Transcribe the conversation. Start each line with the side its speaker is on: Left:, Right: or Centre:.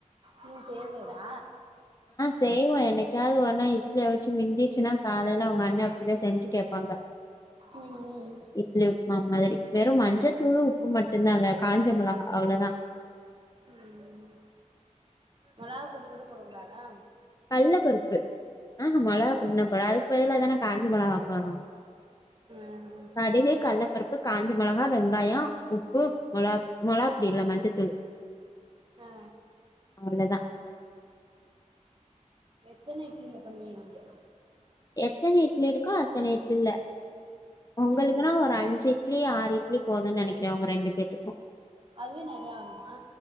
Right: நீங்க செய்வீங்களா
Left: தேவ என்னைக்காது ஒரு நா இட்லி அவிச்சு மிஞ்சிர்ச்சுனா காலைல ஒங்க அண்ண அப்டிதா செஞ்சு கேப்பாங்க
Right: ம் ம்
Left: இட்லி உப்மா மாதிரி வெறு மஞ்சத்தூளு உப்பு மட்டுந்தாங்க காஞ்ச மொளகா அவளதா
Right: ம் மொளகா பொடி கூட போட கூடாதா
Left: கல்ல பருப்பு ஆஹ மொளகா பொடிலா போட அதுக்கு பதிலா தான காஞ்ச மொளகா போட்றோ
Right: ம்
Left: கடைலே கட்லப் பருப்பு உப்பு காஞ்ச மொளகா வெங்காய உப்பு மொளாப் மொளகாப்படி இல்ல மஞ்சத்தூளு
Right: ஆ
Left: அவளதா
Right: எத்தன இட்லில பண்ணுவீங் நீங்க
Left: எத்தன இட்லி இருக்கோ அத்தன இட்லில ஒங்களுக்குனா
Right: ம்
Left: ஒரு அஞ்சு இட்லி ஆறு இட்லி போதுன் நெனைக்கிறே ஒங்க ரெண்டு பேத்துக்கு
Right: அதுவே நெறையா வருமா